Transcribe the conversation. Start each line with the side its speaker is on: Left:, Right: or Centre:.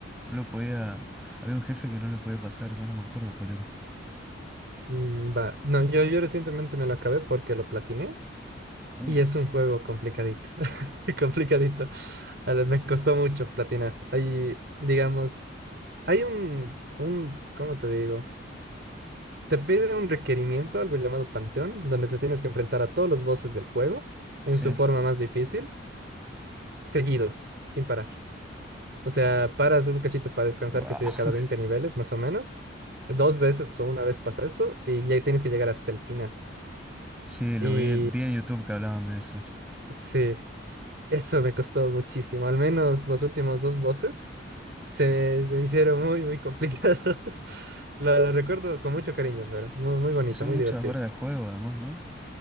Centre: lo podía... Había un jefe que no lo podía pasar, ya no me acuerdo cuál era.
Right: mm, va. No, yo, yo recientemente me lo acabé porque lo platiné.
Centre: Uh,
Right: Y es un juego complicadito, <laughs> complicadito. A ver, me costó mucho platinar. Hay, digamos, hay un, un, ¿cómo te digo? Te pide un requerimiento, algo llamado Panteón, donde te tienes que enfrentar a todos los bosses del juego en
Centre: sí,
Right: su forma más difícil, seguidos, sin parar. O sea, paras un cachito para descansar,
Centre: wow.
Right: qué sé yo, cada 20
Centre: <laughs>
Right: niveles, más o menos. Dos veces o una vez pasa eso y ya tienes que llegar hasta el final.
Centre: Sí, lo
Right: Y
Centre: vi, en- vi en YouTube que hablaban de eso.
Right: sí, eso me costó muchísimo, al menos los últimos dos bosses. se me, se me hicieron muy, muy complicados. <laughs> Lo, lo recuerdo con mucho cariño, pero muy, muy bonito,
Centre: Son
Right: muy
Centre: muchas
Right: divertido.
Centre: horas de juego además, ¿no?